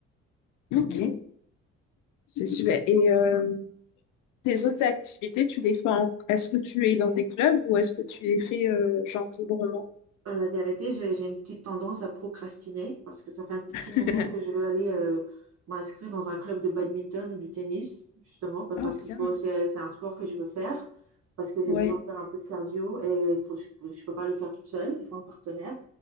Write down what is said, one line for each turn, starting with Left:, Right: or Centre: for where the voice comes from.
Left: ok, c'est super. Et euh, tes autres activités, tu les fais en... Est-ce que tu es dans des clubs ou est-ce que tu les fais euh, genre librement?
Right: Euh, La vérité, j'ai j'ai une petite tendance à procrastiner parce que ça fait un petit
Left: <laughs>
Right: moment que je veux aller euh, m'inscrire dans un club de badminton ou du tennis, justement, pa-
Left: Oh,
Right: parce
Left: bien.
Right: qu'il faut, c'est, c'est un sport que je veux faire, parce que j'ai
Left: Ouais.
Right: besoin de faire un peu de cardio et il faut, je ne peux je peux pas le faire toute seule, il faut un partenaire.